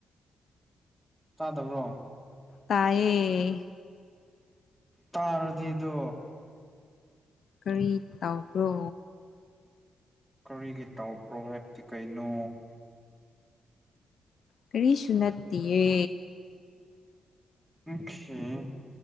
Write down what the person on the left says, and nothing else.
ꯇꯌꯦ
ꯀꯔꯤ ꯇꯕ꯭ꯔꯣ
ꯀꯔꯤꯁꯨ ꯅꯠꯇꯦꯌꯦ